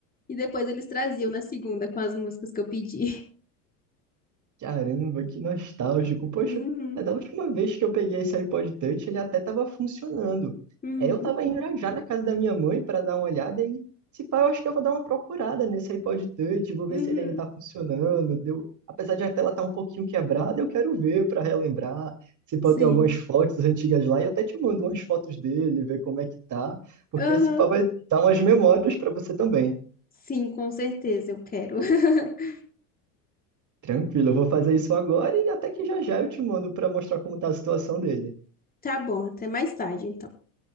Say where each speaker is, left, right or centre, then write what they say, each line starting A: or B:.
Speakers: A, on the left (about 20°); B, on the right (about 40°).
A: e depois eles traziam na segunda com as músicas que eu pedi. <laughs>
B: Caramba, que nostálgico. Poxa,
A: Uhum,
B: é da última vez que eu peguei esse iPod Touch, ele até estava funcionando.
A: uhum,
B: É, eu estava indo já já na casa da minha mãe para dar uma olhada e, se pá, eu acho que eu vou dar uma procurada nesse iPod Touch, vou ver
A: uhum.
B: se ele ainda está funcionando. Deu... Apesar de a tela estar um pouquinho quebrada, eu quero ver para relembrar. Se pá,
A: Sim.
B: tem algumas fotos antigas lá e eu até te mando umas fotos dele, ver como é que tá, porque
A: Aham.
B: se pá vai dar umas memórias para você também.
A: Sim, com certeza eu quero. <laughs>
B: Tranquilo, eu vou fazer isso agora e até que já já eu te mando para mostrar como tá a situação dele.
A: Tá bom, até mais tarde então.